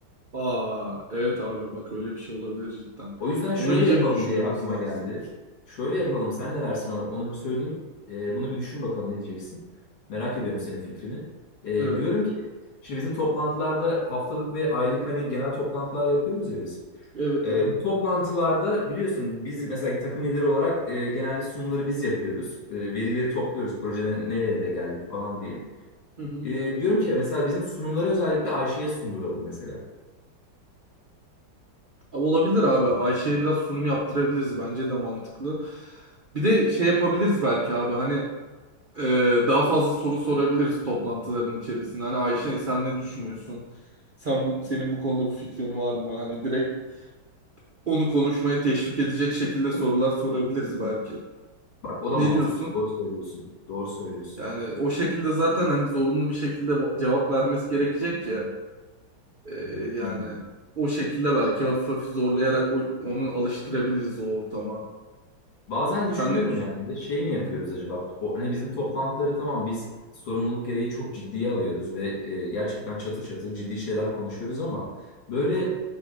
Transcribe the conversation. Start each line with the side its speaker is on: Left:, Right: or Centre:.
Right: Aa, evet abi bak öyle bir şey olabilir cidden.
Left: O yüzden şöyle
Right: Onu iyice
Left: yapalım
Right: bir düşünmemiz
Left: diye aklıma
Right: lazım.
Left: geldi. Şöyle
Right: Hı
Left: yapalım.
Right: hı.
Left: Sen ne dersin ona? Onu bir söyleyeyim. Ee, bunu bir düşün bakalım ne diyeceksin. Merak ediyorum senin fikrini. Ee,
Right: Evet.
Left: diyorum ki şimdi bizim toplantılarda haftalık ve aylık hani genel toplantılar yapıyoruz ya biz.
Right: Evet
Left: Ee,
Right: abi.
Left: bu toplantılarda biliyorsun biz mesela takım lideri olarak e, genelde sunumları biz yapıyoruz. E, verileri topluyoruz. Projede nereye de geldik falan diye.
Right: Hı hı.
Left: Ee,
Right: Evet
Left: diyorum
Right: abi.
Left: ki mesela bizim sunumları özellikle Ayşe'ye sunduralım mesela.
Right: Abi Olabilir abi. Ayşe'ye biraz sunum yaptırabiliriz. Bence de mantıklı. Bir de şey yapabiliriz belki abi. Hani e, daha fazla soru sorabiliriz toplantıların içerisinde. Hani Ayşe sen ne düşünüyorsun? Sen bu, senin bu konuda bir fikrin var mı? Hani direkt onu konuşmaya teşvik edecek şekilde sorular sorabiliriz belki.
Left: Bak o da
Right: Ne
Left: mantıklı.
Right: diyorsun?
Left: Doğru söylüyorsun. Doğru söylüyorsun.
Right: Yani o şekilde zaten hani zorunlu bir şekilde va- cevap vermesi gerekecek ya. Ee, yani
Left: Hmm.
Right: o şekilde belki hafif hafif zorlayarak o- onu alıştırabiliriz o ortama.
Left: Bazen düşünüyorum
Right: Sen ne düşünüyorsun?
Left: yani bir de şey mi yapıyoruz
Right: Hı hı.
Left: acaba? O, hani bizim toplantıları tamam biz sorumluluk gereği çok ciddiye alıyoruz ve e, gerçekten çatır çatır ciddi şeyler konuşuyoruz ama böyle
Right: Hı